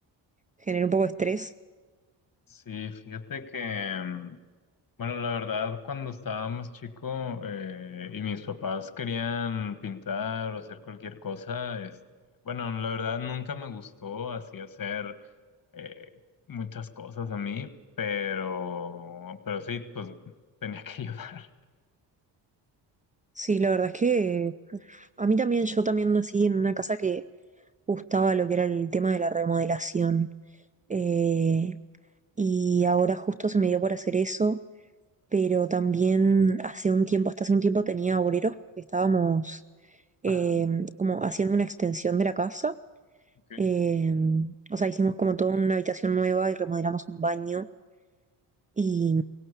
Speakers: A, on the right (about 15°); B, on the left (about 45°).
A: generó un poco de estrés?
B: Sí, fíjate que, mm, bueno, la verdad, cuando estaba más chico eh, y mis papás querían pintar o hacer cualquier cosa, este, bueno, la verdad nunca me gustó así hacer eh, muchas cosas a mí, pero, pero sí, pues <laughs> tenía que ayudar.
A: Sí, la verdad es que a mí también, yo también nací en una casa que gustaba lo que era el tema de la remodelación. Eh, y ahora justo se me dio por hacer eso, pero también hace un tiempo, hasta hace un tiempo tenía obreros porque estábamos eh,
B: Ajá,
A: como haciendo una extensión de la casa,
B: ok. <laughs>
A: eh, o sea, hicimos como toda una habitación nueva y remodelamos un baño y,